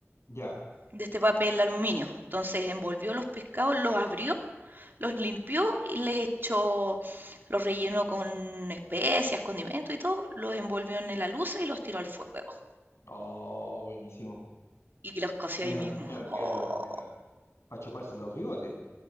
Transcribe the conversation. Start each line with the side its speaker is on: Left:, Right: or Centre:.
Left: ya.
Right: de este papel de aluminio. Entonces envolvió los pescados, los abrió, los limpió y les echó, los rellenó con especias, condimentos y todo, los envolvió en la alusa y los tiró al fuego.
Left: Oh, buenísimo.
Right: Y los coció
Left: Me
Right: ahí
Left: imagino
Right: mismo.
Left: que
Right: ¡Oh!
Left: quedaron, pero para chuparse los bigotes.